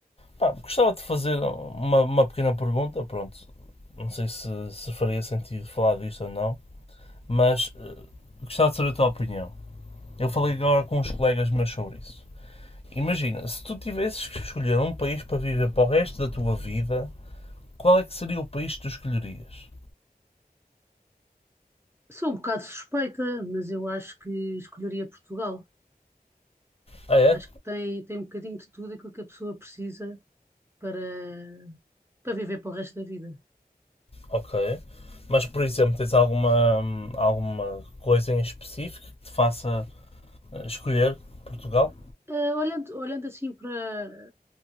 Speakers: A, on the left; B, on the right.
A: Pá, gostava de fazer uma, uma pequena pergunta, pronto, não sei se, se faria sentido falar disto ou não, mas ah, gostava de saber a tua opinião. Eu falei agora com uns colegas meus sobre isso. Imagina, se tu tivesses que escolher um país para viver para o resto da tua vida, qual é que seria o país que tu escolherias?
B: sou um bocado suspeita, mas eu acho que escolheria Portugal.
A: Ah é?
B: Acho que tem, tem um bocadinho de tudo aquilo que a pessoa precisa para, para viver para o resto da vida.
A: Ok. Mas, por exemplo, tens alguma, alguma coisa em específico que te faça eh, escolher Portugal?
B: Eh, Olhando, olhando assim para